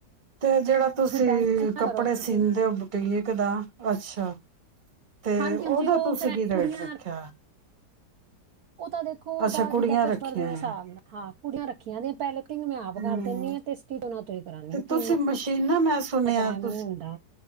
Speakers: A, on the right; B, on the right.
A: ਤੇ ਜਿਹੜਾ ਤੁਸੀਂ
B: ਟੈਨਸ਼ਨ ਨਾ
A: ਕੱਪੜੇ
B: ਕਰੋ ਤੁਸੀਂ
A: ਸਿੰਦੇ ਹੋ ਬੁਟੀਕ ਦਾ, ਅੱਛਾ। ਤੇ
B: ਹਾਂਜੀ
A: ਉਹਦਾ
B: ਹਾਂਜੀ ਉਹ
A: ਤੁਸੀਂ
B: ਫਿਰ ਏ
A: ਕੀ ਰੇਟ
B: ਕੁੜੀਆਂ
A: ਰੱਖਿਆ
B: ਉਹ ਤਾਂ ਦੇਖੋ ਉਹਦਾ
A: ਅੱਛਾ
B: ਜਿੱਦਾਂ
A: ਕੁੜੀਆਂ
B: ਕਸ਼ਟਮਰ
A: ਰੱਖੀਆਂ
B: ਦੇ ਹਿਸਾਬ
A: ਆ
B: ਨਾਲ, ਹਾਂ ਕੁੜੀਆਂ ਰੱਖੀਆਂ ਨੇ ਆਂ ਪਹਿਲੇ ਕਟਿੰਗ ਮੈਂ ਆਪ
A: ਹਮ
B: ਕਰ ਦਿੰਨੀ ਆ, ਤੇ ਸਟਿਚਿੰਗ ਉਹਨਾਂ ਤੋਂ ਹੀ ਕਰਾਨੀ
A: ਤੇ
B: ਕਿਉਂਕਿ
A: ਤੁਸੀਂ
B: ਇੰਨਾ
A: ਮਸ਼ੀਨਾਂ ਮੈਂ ਸੁਣਿਆ
B: ਟਾਈਮ
A: ਤੁਸੀਂ,
B: ਨਹੀਂ ਹੁੰਦਾ